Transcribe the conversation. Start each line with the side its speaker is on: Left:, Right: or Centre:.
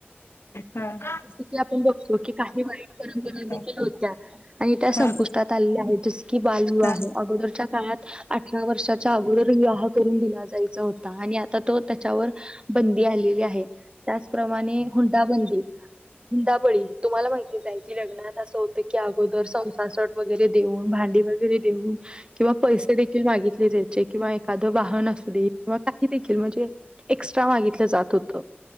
Left: हा
Right: कि आपण बतोऊ की काही वाईट परंपरा देखील
Left: हा
Right: होत्या आणि त्यात सपूंष्टांत
Left: हा
Right: आल्या आहेत जसं की बालविवाह
Left: हा
Right: अगोदरच्या काळांत अठरा वर्षांच्या अगोदर विवाह करून दिला जायचा होता आणि आ तो त्याच्यावर बंदी आलेली आहे त्याचप्रमाणे हुंडाबंदी हुंदाबळी तुम्हाला माहिती जाय की लग्नात असं होतं की अगोदर संसारासट वगैरे देऊन डी वगैरे देऊन किंवा पैसे देखील मागितले जायचे किंवा एखाद वाहन असू दे किंवा म्हणजे एक्स्ट्रा मागितला जात होतं